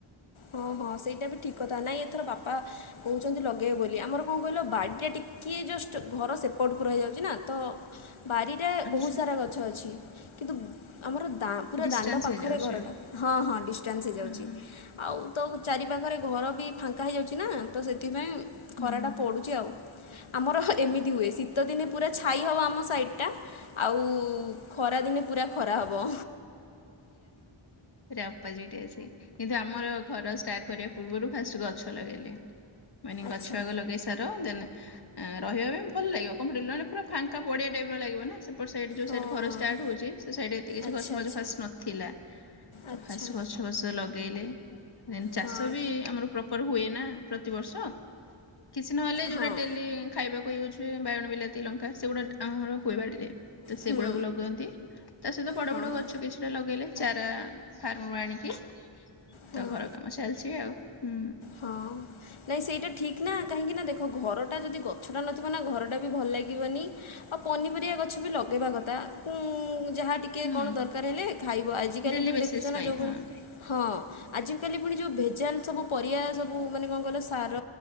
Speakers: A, on the left; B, on the left.
A: ହଁ ହଁ ସେଇଟା ବି ଠିକ୍ କଥା ନହିଁ ଏଥର ବାପା କହୁଛନ୍ତି ଲଗେଇବେ ବୋଲି ଆମର କଣ କହିଲ ବାଡ଼ିଟା ଟିକିଏ ଜଷ୍ଟ ଘର ସେପର୍ଟକୁ ହେଇଯାଉଛି ନା ତ ବାରିରେ
B: ଆଚ୍ଛା।
A: ବହୁତ ସାରା ଗଛ ଅଛି। କିନ୍ତୁ ଆମର ପୁରା
B: ଡିଷ୍ଟାନ୍ସ
A: ଦାଣ୍ଡ ପାଖରେ
B: ହେଇଯାଉଛି
A: ଘରଟା ହଁ ହଁ ଡିଷ୍ଟାନ୍ସ ହେଇଯାଉଛି
B: ହଁ ହଁ
A: ଆଉ ତ ଚାରି ପାଖରେ ଘର ବି ଫାଙ୍କା ହେଇଯାଉଛି ନା ତ ସେଥିପାଇଁ
B: ହୁଁ
A: ଖରା ଟା ପଡୁଛି ଆଉ। ଆମର ଏମିତି ହୁଏ ଶୀତ ଦିନେ ପୁରା ଛାଇ ହବ ଆମ ସାଇ ଏଟା ଆଉ ଖରାଦିନେ ପୁରା ଖରା ହବ।
B: ଆପା ଯେଟି ଅଛି। କିନ୍ତୁ ଆମର ଘର ଷ୍ଟାର୍ଟ କରିବା ପୂର୍ବରୁ ଫାଷ୍ଟ ଗଛ ଲଗେଇଲେ। ମନି
A: ଆଚ୍ଛା
B: ଗଛଆଗ ଲଗେଇ ସାର ଦେନ ରହିବା ପାଇଁ ଭଲ ଲାଗିବ କଣ ପିଲେ ପୁରା ଫାଙ୍କା ପଡିଆ ଟାଇପ ର ଲାଗିବ ନା। ସେପଟାଇଡ଼ ଯେଉଁ
A: ହଁ
B: ସାଇଡ଼ ଘର ଷ୍ଟାର୍ଟ ହେଉଛି ସେ ସାଇଡ଼୍ ଏତେ
A: ଆଚ୍ଛା
B: ଗଛ ଫଚ
A: ଆଚ୍ଛା
B: ଫାଷ୍ଟ ନଥିଲା ତ
A: ଆଚ୍ଛା
B: ଫାସ ଗଛ ବଷ ଲଗେଇ ବେଲେ ଚାଷ
A: ହଁ
B: ବି ଆମର ପ୍ରପର ହୁଏ ନା। ପ୍ରତିିବର୍ଷ କିଛି ନହେଲେ ଯୋଉଟା
A: ହଁ
B: ଡେଲି ଖାଇବାକୁ ୟୁଜ ବାଇଗଣ ବିଲାତି ଲଙ୍କା ସେଗୁଡା ଆମର ହୁଏ ବାଡିରେ ତ ସେଗୁଡାକୁ
A: ହୁଁ
B: ଲଗାଅନ୍ତି ତା ସହିତ ବଡ
A: ହଁ
B: ବଡ ଗଛ କିଛି ଚାରା ଫାର୍ମ ରୁ ଆଣିକି
A: ହଁ
B: ତ ଘର କାମ ଚାଲିଛି ଆଉ। ହୁଁ
A: ହଁ ନାଇଁ ସେଇଟା ଠିକ ନା କାହିଁକି ନା ଦେଖ ଘରଟା ଯଦି ଗଛଟା ନଥିବ ନା ଘରଟା ବି ଭଲ ଲାଗିବନି ଆଉ ପନିପରି ଗୋଟିଏ ଗଛ ବି ଲଗେଇବା କଥା। <unintelligible> ଯାହା ଟିକେ
B: ହୁଁ
A: କଣ ଦରକାର ହେଲେ ଖାଇବ ଆଜିକାଲି
B: ଡେଲି
A: ପୁଣି
B: ବେସିସ୍
A: ଦେଖୁଛ
B: ପାଇଁ
A: ନା ଯୋଉଭଳିଆ
B: ହଁ
A: ହଁ ଆଜି କାଲି ପୁଣି ଯୋଉ ଭେ ଜାଲ୍ ସବୁ। ପରିବା ସବୁ ମାନେ କଣ କହିଲ ସାର